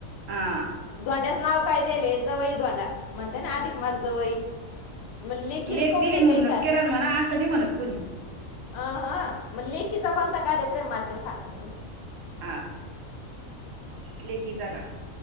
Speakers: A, on the right; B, on the left.
A: आ.
B: धोंड्याच नाव काय दियेले जवई धोंडा, म्हणता ना अधिक मास जवई. मग लेकील
A: लेक
B: कोण
A: दिली
B: नाही
A: म्हणूनच
B: काही कार
A: केला ना म्हणा असं नाही म्हणत कोणी.
B: अ ह म लेकीचा कोणता कार्यक्रमे, माल तेव सांगान तुम्ही?
A: आ लेकीचा का?